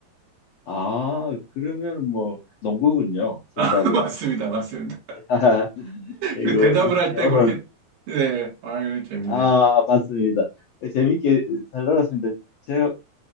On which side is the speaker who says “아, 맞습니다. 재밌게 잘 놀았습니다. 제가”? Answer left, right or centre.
Left